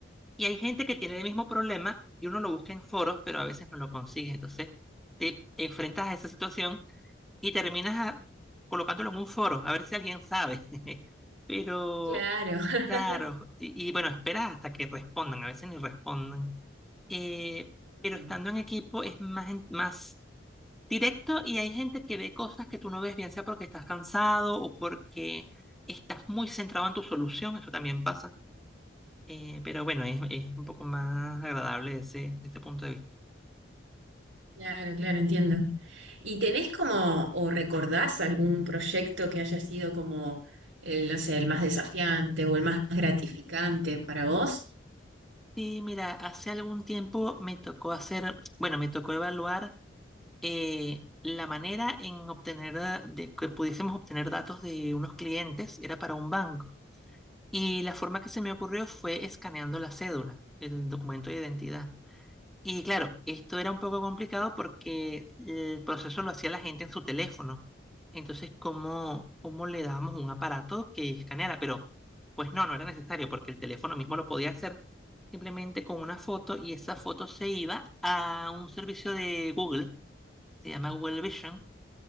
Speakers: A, in the centre; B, on the right.
A: Y hay gente que tiene el mismo problema y uno lo busca en foros, pero a veces no lo consigue. Entonces te enfrentas a esa situación y terminas a- colocándolo en un foro, a ver si alguien sabe. <laughs> Pero,
B: Claro, <laughs>
A: claro, y, y bueno, esperas hasta que respondan, a veces ni responden. Eh,
B: Mm,
A: pero estando en equipo es más, en- más directo y hay gente que ve cosas que tú no ves, bien sea porque estás cansado o porque estás muy centrado en tu solución, eso también pasa eh, pero bueno, es, es un poco más agradable ese, desde ese punto de vista.
B: claro, claro, entiendo. ¿Y tenés como, o recordás algún proyecto que haya sido como, el, no sé, el más desafiante o el más gratificante para vos?
A: Sí, mira, hace algún tiempo me tocó hacer, bueno, me tocó evaluar eh, la manera en obtener, da- de que pudiésemos obtener datos de unos clientes, era para un banco. Y la forma que se me ocurrió fue escaneando la cédula, el documento de identidad. Y claro, esto era un poco complicado porque el proceso lo hacía la gente en su teléfono. Entonces, ¿cómo, cómo le dábamos un aparato que escaneara? Pero, pues no, no era necesario porque el teléfono mismo lo podía hacer simplemente con una foto y esa foto se iba a un servicio de Google, se llama Google Vision,